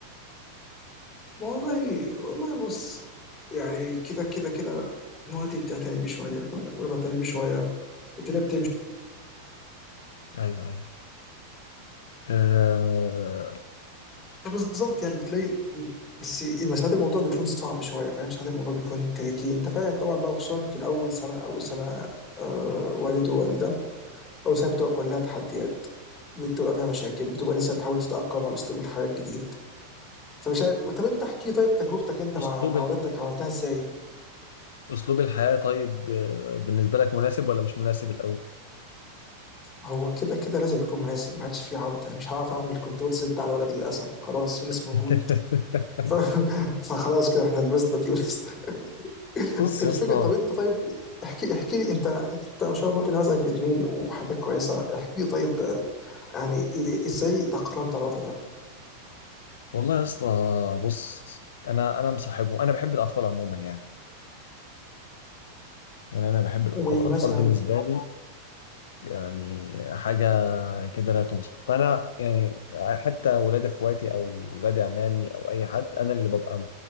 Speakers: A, on the left; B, on the left.
A: والله والله بص يعني كده كده كده مراتي بتعتني بيه شويه وانا بعتني بيه شويه والدنيا بتمشي
B: ايوه ايوه آه،
A: فبالظبط يعني بتلاقي بس ساعات الموضوع بيكون صعب شويه فاهم ساعات الموضوع بيكون تريكي انت فاهم طبعا بقى خصوصا في الاول سنه اول سنه آه والد ووالده اول سنه بتبقى كلها تحديات بتبقى فيها مشاكل بتبقى لسه بتحاول تتاقلم على اسلوب الحياه الجديد فمش عارف طب انت احكي طيب تجربتك انت مع
B: اسلوب
A: مع
B: ال...
A: ولادك عملتها ازاي؟
B: اسلوب الحياة طيب آه، بالنسبة لك مناسب ولا مش مناسب الاول
A: هو كده كده لازم يكون مناسب ما عادش فيه عودة مش هعرف أعمل كنترول زد على الولد للأسف خلاص يونس
B: <laughs>
A: موجود <laughs> ف- فخلاص كده احنا لبسنا في يونس <laughs>
B: بص
A: الفكرة
B: يا اسطى
A: طب انت طيب احكي احكي لي انت انت ما شاء الله بنوازك باتنين وحياتك كويسة احكي لي طيب آه، يعني إيه- ازاي تأقلمت على الوضع ده
B: والله يا اسطى بص انا انا مصاحبهم انا بحب الاطفال عموما يعني يعني انا بحب الاطفال
A: ومثلا
B: الاطفال بالنسبه لي يعني حاجه كده لا توصف فانا يعني حتى ولاد اخواتي او ولاد عمامي او اي حد انا اللي ببقى